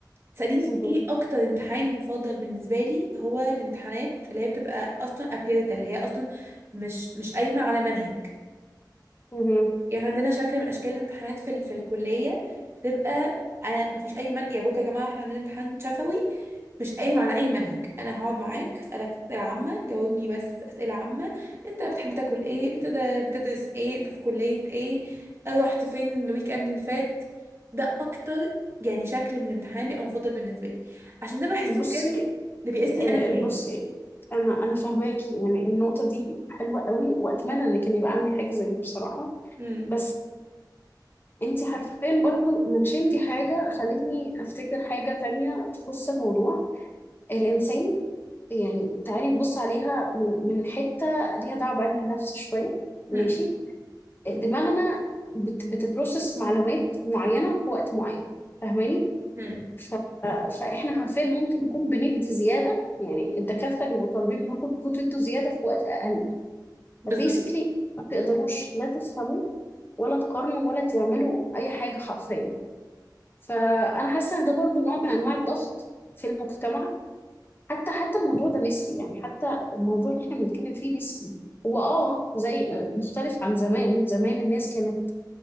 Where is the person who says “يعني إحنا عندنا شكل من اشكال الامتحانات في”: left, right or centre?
Right